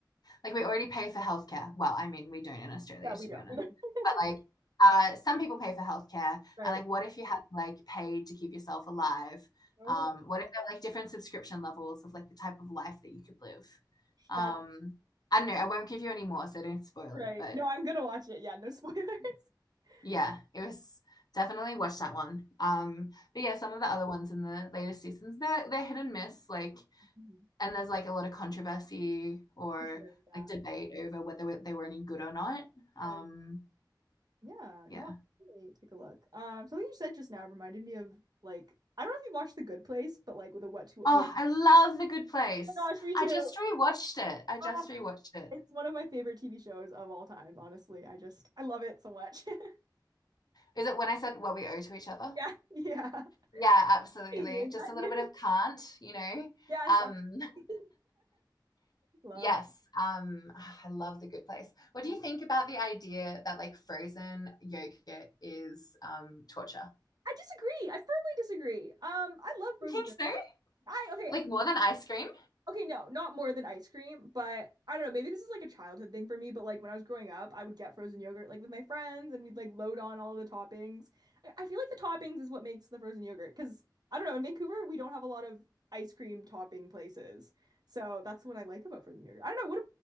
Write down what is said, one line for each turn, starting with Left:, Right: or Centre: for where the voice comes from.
Left: like we already pay for healthcare. Well, I mean, we don't in Australia,
Right: yeah we
Left: to
Right: don't
Left: be honest.
Right: <laughs>
Left: But like uh, some people pay for healthcare.
Right: right
Left: And like, what if you had to like pay to keep yourself alive?
Right: oh
Left: Um, what if there were like different subscription levels of like the type of life that you could live? Um,
Right: that's
Left: I don't know. I won't give you any more, so don't spoil
Right: Right.
Left: it. But
Right: No, I'm gonna watch it. Yeah, no spoilers. <laughs>
Left: yeah, it was definitely watch that one. Um, but yeah, some of the other ones in the latest seasons, they're they're hit and miss. Like
Right: Mhm.
Left: and there's like a lot of controversy or
Right: For sure, yeah.
Left: like debate over whether they were any good or not. Um,
Right: Uh, yeah,
Left: yeah.
Right: no, I'll definitely take a look. Um, something you said just now reminded me of like I don't know if you watched The Good Place, but like with a what to what
Left: Oh,
Right: we. Oh
Left: I love The Good Place.
Right: my gosh, me too.
Left: I just rewatched it. I just
Right: Oh,
Left: rewatched it.
Right: it's one of my favorite TV shows of all time, honestly. I just I love it so much. <laughs> Yeah.
Left: Is it when I said what we owe to each other?
Right: Yeah, yeah.
Left: Yeah, absolutely.
Right: Hey, Is
Left: Just
Right: that
Left: a little
Right: you?
Left: bit of
Right: <laughs>
Left: can't, you know.
Right: Yes,
Left: Um,
Right: I <laughs>
Left: <laughs>
Right: love.
Left: yes, um, I love The Good Place. What
Right: I
Left: do you think about the idea that like frozen yogurt is um, torture?
Right: disagree. I firmly disagree. Um, I love Frozen
Left: You think
Right: yogurt.
Left: so?
Right: I okay.
Left: Like more than ice cream?
Right: Okay, no, not more than ice cream, but I don't know, maybe this is like a childhood thing for me, but like when I was growing up, I would get frozen yogurt like with my friends and we'd like load on all of the toppings. I I feel like the toppings is what makes the frozen yogurt because I don't know, in Vancouver, we don't have a lot of ice cream topping places. So that's what I like about frozen yogurt. I don't know, what